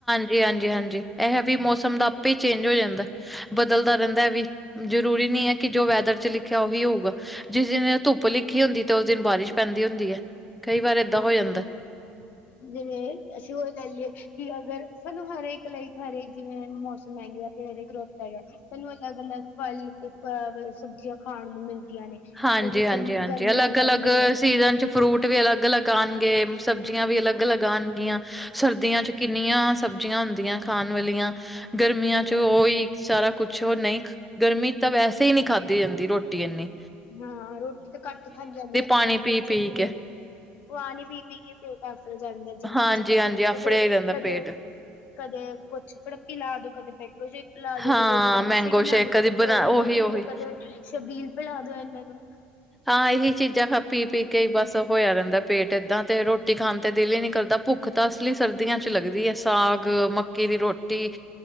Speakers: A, in the centre; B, on the left.
A: ਜੀ ਹਾਂਜੀ- ਹਾਂਜੀ, ਐਹ ਵੀ ਮੌਸਮ, ਦਾ ਆਪੇ ਈ ਚੇਂਜ ਹੋ ਜਾਂਦੈ ਬ ਬਦਲਦਾ ਰੈੰਦੈ ਐਵੀ, ਜਰੂਰੀ ਨੀ ਐ ਕਿ ਜੋ ਵੈਦਰ ਚ ਲਿਖਿਆ ਓਹੀ ਹੋਊਗਾ। ਜਿਸ ਦਿਨ ਏ, ਧੁੱਪ ਲਿਖੀ ਹੁੰਦੀ ਏ ਤੇ ਓਸ ਦਿਨ ਬਾਰਿਸ਼ ਪੈਂਦੀ ਹੁੰਦੀ ਐ। ਕਈ ਵਾਰ ਏਦਾਂ
B: ਹਾਂਜੀ
A: ਹੋ ਜਾਂਦਾ।
B: ਜਿਵੇਂ, ਅਸੀਂ ਓਹ ਲਾਈਏ ਕਿ ਅਗਰ ਸਾਨੂੰ ਹਰੇਕ ਲਾਈਕ ਹਰੇਕ ਜਿਵੇਂ, ਮੌਸਮ ਹੈਗੇ ਆ ਇਨਾਦੇ ਗਰੋਪ ਹੈਗੈ, ਸਾਨੂੰ ਅਲੱਗ-ਅਲੱਗ ਫਲ ਤੇ ਫਵੇ ਸਬਜ਼ੀਆਂ, ਖਾਣ ਨੂੰ ਮਿਲਦੀਆਂ ਨੇ।
A: ਹਾਂਜੀ-ਹਾਂਜੀ,
B: ਜਿਵੇਂ ਗਮ
A: ਹਾਂਜੀ
B: ਗਰਮੀਆਂ
A: ਅਲੱਗ-ਅਲੱਗ
B: ਲੈ ਲਈਏ
A: ਸੀਜ਼ਨ ਚ ਫਰੂਟ ਵੀ ਅਲੱਗ-ਅਲੱਗ ਆਣਗੇਂ, ਸਬਜ਼ੀਆਂ ਵੀ ਅਲੱਗ-ਅਲੱਗ
B: ਹਾਂ
A: ਆਣਗੀਆਂ, ਸਰਦੀਆਂ ਚ ਕੀ ਇਨੀਆਂ ਸਬਜ਼ੀਆਂ ਹੁੰਦੀਐ ਖਾਣ ਵਾਲੀਆਂ, ਗਰਮੀਆਂ ਚ
B: ਹਾਂ
A: ਓਈ ਸਾਰਾ ਕੁਛ ਕੁਛੋ ਨਹੀਂ, ਗਰਮੀ ਤਾਂ ਵੈਸੇ ਈ ਨੀਂ ਖਾਧੀ ਜਾਂਦੀ ਰੋਟੀ ਏਨੀ।
B: ਹਾਂ, ਰੋਟੀ ਤਾਂ ਘੱਟ ਤੋ ਖਾਂਦੀ ਜਾਂਦੀ ਏਂ,
A: ਪਾਣੀ ਪੀ-ਪੀ
B: ਬੱਚੇ ਜਿਵੇਂ
A: ਕੇ
B: ਔ ਆਣੀ ਪੀਪੀ ਕੇ ਪੇਟ ਆਫਲ ਜਾਂਦੈ, ਜਿਵੇਂ
A: ਹਾਂਜੀ,
B: ਬੱਚੇ ਕਰਦੇਣ
A: ਹਾਂਜੀ ਆਫੜਿਆ
B: ਕਦੇ
A: ਹੀ ਰਹਿੰਦਾ
B: ਕਦੇ
A: ਪੇਟ।
B: ਕਦੇ ਕੁਛ ਪੜੱਪੀ ਲਾਦੋ, ਕਦੇ ਬੈੰਗੋ ਸੇ਼ਕ ਪਿਲਾ ਦੋ,
A: ਹਾਂ,
B: ਕਦੇ ਏ ਦੂਕਾਨਾ,
A: ਮੈਂਗੋ
B: ਸਵੀਟ ਬਣਾ
A: ਸ਼ੇਕ
B: ਦੋ, ਕਦੀ ਕੋਲਫਡ,
A: ਬਣਾ ਉਹੀ,
B: ਕੋਫੀ ਨੀ
A: ਉਹੀ
B: ਤੇ ਕਦੇ ਸ਼ਬੀਲ ਪੀ ਲਾ ਦੋ, ਐਨਾਂ ਨੂੰ
A: ਹਾਂ, ਐਹੀ ਚੀਜ਼ਾਂ ਖਫ ਪੀ-ਪੀ ਬਸ ਹੋਇਆ ਰੈੰਦਾ, ਪੇਟ ਏਦਾਂ ਤੇ ਰੋਟੀ ਰੋਟੀ ਖਾਣ ਤੇ ਦਿਲ ਹੀ ਨੀ ਕਰਦਾ, ਭੁੱਖ ਤਾਂ ਅਸਲੀ ਸਰਦੀਆਂ ਚ ਲੱਗਦੀ ਐ। ਸਾਗ, ਮੱਕੀ ਦੀ ਰੋਟੀ